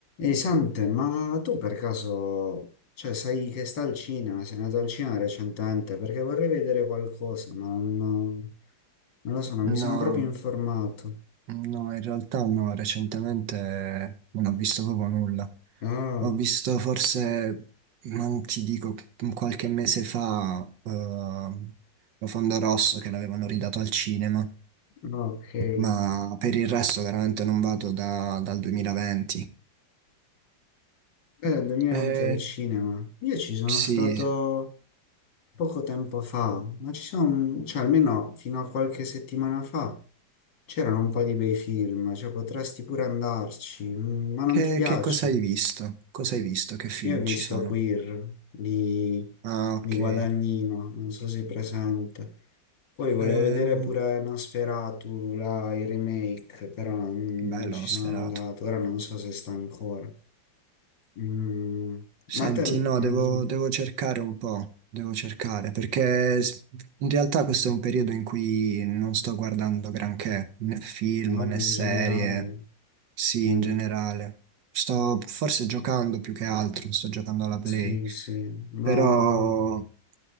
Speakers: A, on the left (about 75°); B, on the right (about 75°).
A: Ehi Sante, ma tu per caso, cioè, sai che sta al cinema, sei andato al cinema recentemente, perché vorrei vedere qualcosa, ma non, non lo so, non
B: No,
A: mi sono proprio informato.
B: no, in realtà no, recentemente non ho visto proprio nulla.
A: Ah,
B: Ho visto forse, non ti dico, qualche mese fa, eh, Profondo Rosso che l'avevano ridato al cinema,
A: ok.
B: ma per il resto veramente non vado da- dal 2020.
A: Eh, 2020
B: Eh,
A: al cinema. Io ci sono
B: sì,
A: stato poco tempo fa, ma ci sono, cioè almeno fino a qualche settimana fa, c'erano un po' di bei film, cioè potresti pure andarci, mm, ma non
B: che,
A: ti piace?
B: che cosa hai visto? Cosa hai visto? Che film
A: Io ho visto
B: ci sono?
A: Queer di,
B: Ah,
A: di
B: ok.
A: Guadagnino, non so se è presente. Poi volevo
B: Ehm,
A: vedere pure Nosferatu, là, il remake, però non,
B: bello,
A: non ci
B: uno
A: sono
B: sferato.
A: andato. Ora non so se sta ancora. Mm,
B: Senti,
A: ma te,
B: no,
A: ah,
B: devo,
A: dimmi.
B: devo cercare un po', devo cercare, perché s- in realtà questo è un periodo in cui non sto guardando granché, né film
A: No,
B: né
A: in
B: serie,
A: generale.
B: sì,
A: Mm,
B: in generale. Sto forse giocando più che altro, sto giocando alla Play,
A: sì, sì, ma...
B: però in